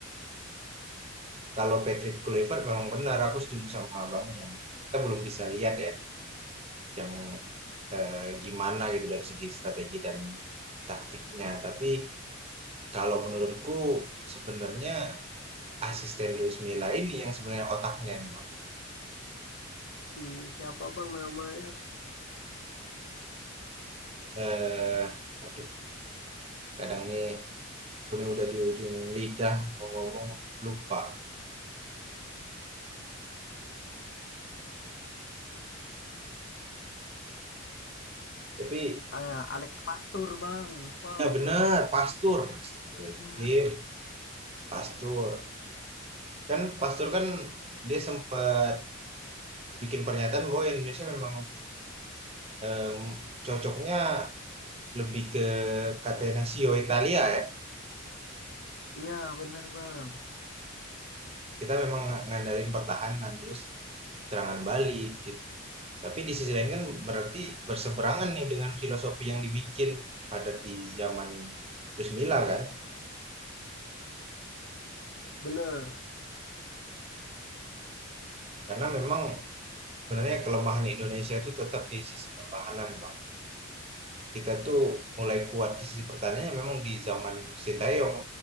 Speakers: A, on the right; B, on the left.
A: Kalau Patrick Kluivert memang benar, aku setuju sama abangnya. Kita belum bisa lihat ya yang eh, gimana gitu dari segi strategi dan taktiknya. Tapi kalau menurutku sebenarnya asisten Luis Milla ini yang sebenarnya otaknya nih bang.
B: si siapa bang namanya?
A: Eh, aduh, kadang nih aku nih udah di ujung lidah mau ngomong lupa. Tapi
B: Ah, Alex Pastur bang, lupa
A: ya
B: bu.
A: benar, Pastur, Astagfirullahaladzim,
B: Iya,
A: Pastur. Kan Pastur kan dia sempat bikin pernyataan bahwa Indonesia memang Em, cocoknya lebih ke Catenaccio Italia ya.
B: iya bener bang,
A: Kita memang ng- ngandalin pertahanan terus serangan balik gitu. Tapi di sisi lain kan berarti berseberangan nih dengan filosofi yang dibikin pada di zaman Luis Milla kan.
B: bener.
A: Karena memang sebenarnya kelemahan Indonesia itu tetap di sisi pertahanan, Bang. Kita tuh mulai kuat di sisi pertahanannya memang di zaman Sintayong.